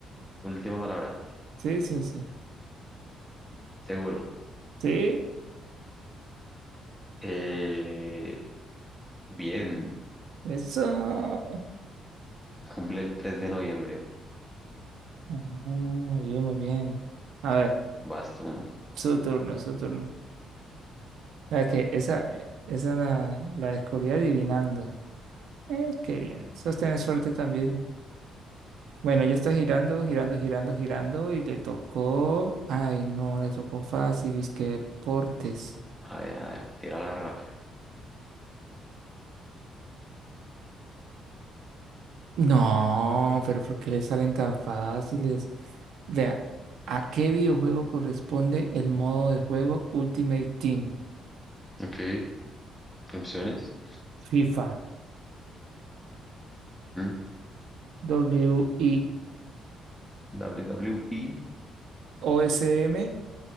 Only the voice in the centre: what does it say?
última palabra,
seguro.
Eh, bien,
cumple el 3 de noviembre.
Vas tú.
A ver, a ver, tírala rápido.
Ok, opciones.
Ujú,
WWE.